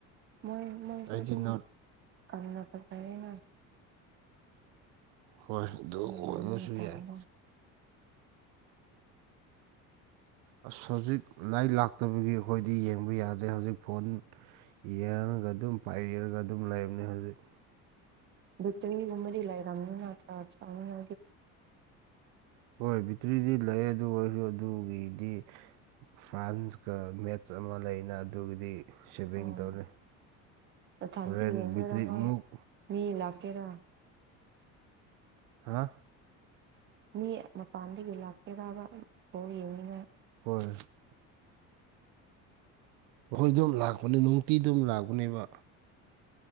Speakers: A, on the right (about 35°); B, on the right (about 90°).
A: ꯃꯣꯏ ꯃꯣꯏꯁꯨꯦ
B: ꯑꯩꯗꯤ
A: ꯑꯗꯨꯨ
B: ꯅꯣꯔꯠ
A: ꯀꯅ ꯐꯇꯥꯦꯅ
B: ꯍꯣꯏ ꯑꯣꯏ
A: ꯃꯣꯏ ꯌꯦꯡꯕ
B: ꯀꯁꯨ
A: ꯃꯇꯝꯗ
B: ꯑꯣꯏꯣꯏ ꯑꯁ ꯍꯧꯖꯤꯛ ꯂꯥꯏꯔꯤꯛ ꯂꯥꯛꯇꯕꯒꯤ ꯑꯩꯈꯣꯏꯗꯤ ꯌꯦꯡꯕ ꯌꯥꯗꯦ ꯍꯧꯖꯤꯛ ꯐꯣꯟ ꯌꯦꯡꯉꯒ ꯑꯗꯨꯝ ꯄꯥꯏꯔꯒ ꯑꯗꯨꯝ ꯂꯩꯕꯅꯦ ꯍꯧꯖꯤꯛ
A: ꯇꯔꯤ ꯎꯃꯔꯤ ꯂꯩꯥꯏ ꯔꯝꯅꯥ ꯔꯥ ꯁꯅꯥ
B: ꯍꯣꯏ ꯕꯦꯇ꯭ꯔꯤꯗꯤ ꯂꯩ ꯑꯗꯨ ꯑꯣꯏꯔꯁꯨ ꯑꯗꯨꯒꯤꯗꯤ ꯐ꯭ꯔꯥꯟꯁꯀ ꯃꯦꯠꯆ ꯑꯃ ꯂꯩꯅ ꯑꯗꯨꯒꯤꯗꯤ ꯁꯦꯚꯤꯡ
A: ꯎꯝ
B: ꯇꯧꯅꯤꯩ
A: ꯃꯊꯟꯇ
B: ꯍꯣꯔꯦꯟ
A: ꯌꯦꯡꯗꯣꯏꯔꯥ
B: ꯕꯤꯇ꯭ꯔꯤꯃꯨꯛ
A: ꯅꯣꯏ ꯃꯤ ꯏꯂꯀꯦꯔ
B: ꯍꯥ
A: ꯃꯤ ꯃꯄꯥꯟꯗꯒꯤ ꯂꯥꯛꯀꯦꯔꯕ ꯐꯥꯎ ꯌꯦꯡꯉꯉꯥꯏ
B: ꯍꯣꯏ ꯑꯩꯈꯣꯏ ꯑꯗꯨꯝ ꯂꯥꯛꯄꯅꯦ ꯅꯨꯡꯇꯤ ꯑꯗꯨꯝ ꯂꯥꯛꯄꯅꯦꯕ